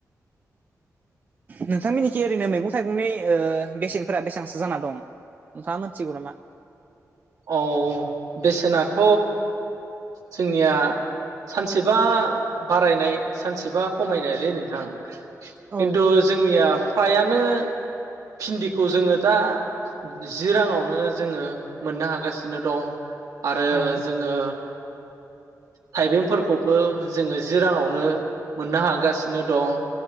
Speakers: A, on the right (about 30°); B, on the right (about 80°).
A: नोंथांमिननिखि ओरैनो मैगं थाइगंनि ओ बेसेनफोरा बेसांसो जाना दं नोंथाङा मोनथिगौ नामा?
B: औ बेसेनाथ जोंनिया सानसेबा बारायनाय सानसेबा खमायनायलै नों थां किन्तु
A: औ
B: जोंनिया फ्राया नो भिन्दिखौ जोङो दा जि राङावनो जोङो। मोननो हागासिनो दं। आरो
A: औ
B: जोङो थाइबेंफोरखौबो जोङो जि राङावनो मोननो हागासिनो दं।